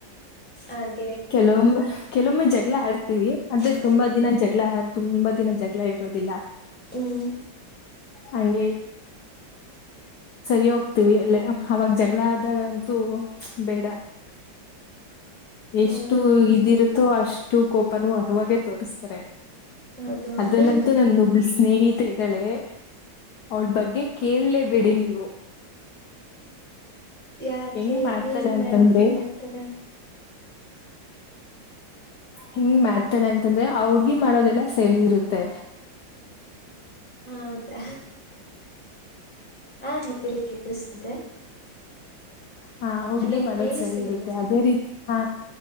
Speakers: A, in the centre; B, on the left.
A: ಹಾಗೆ
B: ಕೆಲವೊಮ್ಮ ಕೆಲವೊಮ್ಮೆ ಜಗಳ ಆಡ್ತೀವಿ ಅಂದ್ರೆ
A: ಹ
B: ತುಂಬಾ ದಿನ ಜಗಳ ತುಂಬಾ ದಿನ ಜಗಳ ಇರೋದಿಲ್ಲ
A: ಹ್ಮ್
B: ಹಂಗೆ ಸರಿ ಹೋಗ್ತೀವಿ ಎಲ್ಲ ಅವಾಗ ಜಗಳ ಆದಾಗಂತೂ ಬೇಡ ಎಷ್ಟು
A: ಹೌದು
B: ಇದಿರುತ್ತೋ ಅಷ್ಟು ಕೊ ಪ್ಪಾನೂ ಅವಾಗೆ ತೋರಿಸ್ತಾರೆ
A: ಹೌದು ಹೌದು
B: ಅದ್ರಲ್ಲಂತೂ ನಂದೊಬ್ಳ ಸ್ನೇಹಿತ ಮ ಇದ್ದಾಳೆ ಅವಳ ಬಗ್ಗೆ ಕೇಳಲೇ ಬಿಡಿ ನೀವು
A: ಯಾಕೆ
B: ಹೆಂಗ್ ಮಾಡ್ತಾಳೆ
A: ಏನ್
B: ಅಂತಂದ್ರೆ
A: ಮಾಡ್ತಾಳೆ ಆತರ
B: ಹಿಂಗ್ ಮಾಡ್ತ ನಂ ಅಂದ್ರೆ ಹಡ್ಗಿ ಮಾಡೋದೆಲ್ಲ ಸರಿ ಇರುತ್ತೆ ತ್ತ
A: ಹ ಹೌದಾ ಹ ಹೇಳಿ ಕೇಳಿಸ್ತಿದ್ದೆ
B: ಹಾ ಹುಡ್ಗಿ
A: ಹಲೋ
B: ಮಾಡೋದ್
A: ಕೇಳಿಸ್ತಿದೆ
B: ಸರಿ ಇರುತ್ತೆ ಅದೇ ರೀತಿ ಹಾ